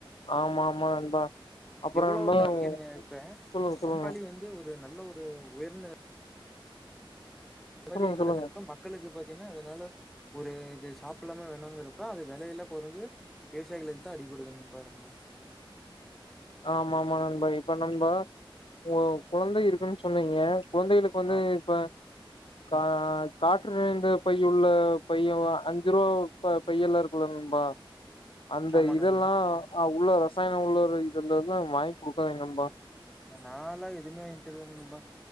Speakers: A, on the left (about 75°); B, in the centre.
A: ஆமா ஆமா நண்பா அப்புறோ
B: எவ்வளோ
A: நண்பா
B: ட இங்க
A: உ-
B: நிங்க இப்பே
A: சொல்லுங்க சொல்லுங்க
B: பப்பாளி வந்து ஒரு நல்ல ஒ ரு உயர்ந்த நெ இந்தமாதி
A: சொல்லுங்க
B: நடக்குறப்ப
A: சொல்லுங்க
B: மக்களுக்கு ப த்தினா அதனால ஒரு இது சாப்புல்லாமா வேணாங்குறப்ப அது வெலையெல்லா கொறஞ்சு விவசாயிகளுக்கு தா அடிபடுது நன்பா ரொம்ப
A: ஆமாமா நண்பா இப்ப நண்பா ஒங் கொழந்த இருக்குன் சொன்னீங்க கொழந்தைகளுக்கு வந்து
B: ஆ
A: இப்ப கா காற்று நிறைந்த பையுள்ள பைய வ அஞ்சு ருவா ப பையெல்லா இருக்குல்ல நண்பா அந்த
B: ஆமா
A: இதெல்லா
B: நண்பா
A: அவ் உள்ள ரசாயன உள்ள ரை இருந்ததுனா வாயிங் குடுக்காதீங் நண்பா
B: நாலா எதுவுமே வாங் தரதில நண்பா